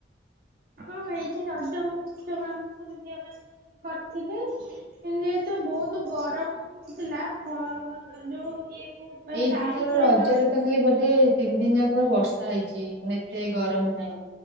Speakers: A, on the right; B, on the right.
A: ହଁ ଏଇଠି ରଜ ମହୋତ୍ସବ ଆମର ସବୁ ଝିଅ ମାନେ କରିଥିଲେ କି ଯେହେତୁ ବହୁତ ତୁ ଗରମ ହୋଉଥିଲା ଖ ଯୋଉ ଇଏ ପାଇଁ
B: ଏଇଥର
A: ଲାଇନ ଫାଇନ
B: ରଜରେ
A: ଅସୁ
B: ତ ଖାଲି ବୋଧେ ତିନି ଦିନ ଯାକ ପୁରା ବର୍ଷା ହେଇଛି ମାନେ ଏତେ ଗରମ ନାହିଁ।